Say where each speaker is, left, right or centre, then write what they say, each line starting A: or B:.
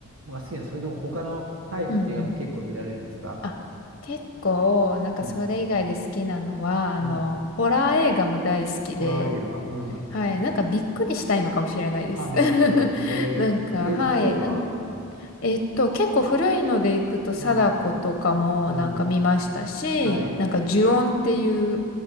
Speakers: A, on the right (about 65°); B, on the left (about 40°).
A: が好きなんですか。それとも他のタイプの映画も結構見られるんですか
B: うん。うんあ、結構、なんかそれ以外で好きなのは、
A: うん
B: あの、
A: うん。
B: ホラー映画も大好きで、
A: ホラー映画。うん。
B: はい。なんかびっくりしたいのかもしれないです。
A: あ、なるほど。
B: <laughs>
A: えー、
B: なんか、
A: え、
B: はい。
A: 例えば
B: なんえっと、結構古いのでいくと、貞子とかもなんか見ましたし、
A: うん、うん、はい。
B: なんか呪怨っていう